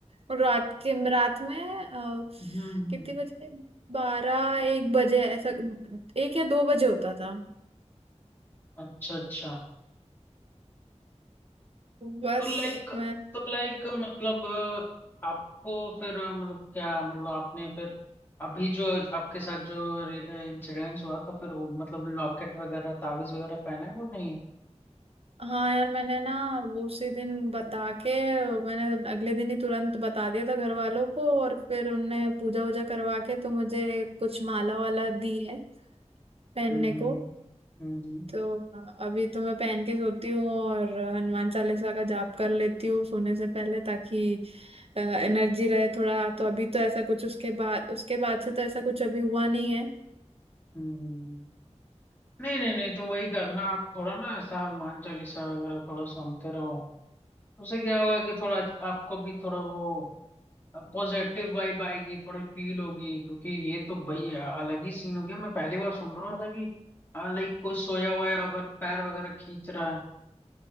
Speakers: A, on the right; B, on the left.
A: और रात के रात में अ,
B: हम्म हम्म,
A: कितने
B: हम्म।
A: बजे बारह एक बजे ऐसा एक या दो बजे होता था
B: अच्छा अच्छा
A: बस
B: तो लाइक
A: मैं
B: तो लाइक मतलब अ, आपको फिर अ, मतलब क्या मतलब आपने फिर अभी जो आपके साथ जो इंसिडेंस हुआ तो फिर वो मतलब लॉकेट वगैरह ताबीज वगैरह पहना है वो नहीं
A: हाँ यार मैंने ना वो उसी दिन बता के मैंने अगले दिन ही तुरंत बता दिया था घर वालों को और फिर उनने पूजा वूजा करवा के तो मुझे कुछ माला वाला दी है पहनने
B: हम्म हम्म
A: को
B: हम्म हम्म,
A: तो अभी तो मैं पहन के सोती हूँ और हनुमान चालीसा का जाप कर लेती हूँ सोने से पहले ताकि एनर्जी रहे थोड़ा तो अभी तो ऐसा कुछ उसके बाद उसके बाद से तो ऐसा कुछ अभी हुआ नहीं है
B: हम्म, हम्म। नहीं नहीं नहीं तो वही करना आप थोड़ा ना ऐसा हनुमान चालीसा वगैरह थोड़ा सुनते रहो उससे क्या होगा कि थोड़ा आपको भी थोड़ा वो अब पॉजिटिव वाइब आएगी थोड़ी फील होगी क्योंकि ये तो भाई अलग ही सीन हो गया मैं पहली बार सुन रहा हूँ ऐसा कि लाइक कोई सोया हुआ है अगर पैर वगैरह खींच रहा है